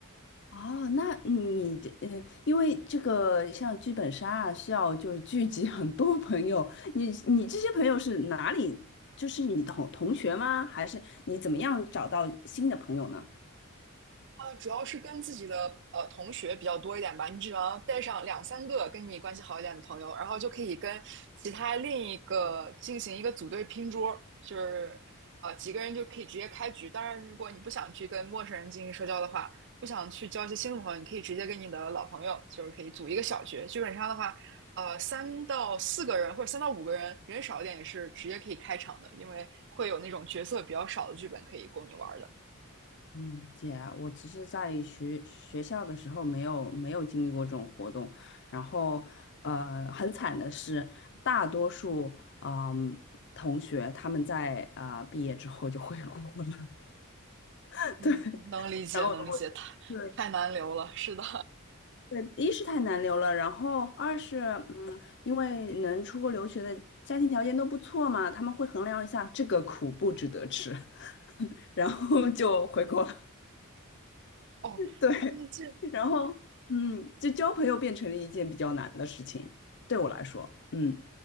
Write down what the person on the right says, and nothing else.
呃，主要是跟自己的呃同学比较多一点吧。你只要带上两三个跟你关系好一点的朋友，然后就可以跟其他另一个进行一个组队拼桌，就是呃几个人就可以直接开局。当然，如果你不想去跟陌生人进行社交的话，不想去交一些新的朋友，你可以直接跟你的老朋友，就是可以组一个小局。基本上的话，呃，三到四个人或者三到五个人，人少一点也是直接可以开场的，因为会有那种角色比较少的剧本可以供你玩的。
嗯，
能理解，
能理解，太太难留了，是的。
哦，
嗯，这，